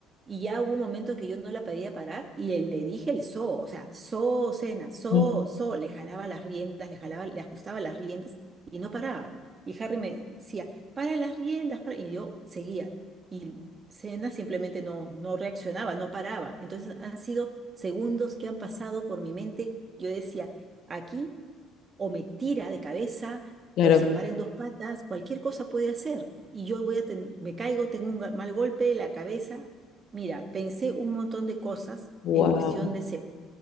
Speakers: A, on the right; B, on the left.
A: y ya hubo un momento que yo no la podía parar y le, le dije el so, o sea, so, cena, so,
B: ujú,
A: so, le jalaba las riendas, le jalaba, le ajustaba las riendas y no paraba. Y Harry me decía, para las riendas, para-". y yo seguía. Y cena simplemente no, no reaccionaba, no paraba. Entonces han sido segundos que han pasado por mi mente. Yo decía, aquí o me tira de cabeza,
B: Claro.
A: o se para en dos patas, cualquier cosa puede hacer. Y yo voy a ten- me caigo, tengo un ga- mal golpe de la cabeza. Mira, pensé un montón de cosas
B: Wow.
A: en cuestión de segundos.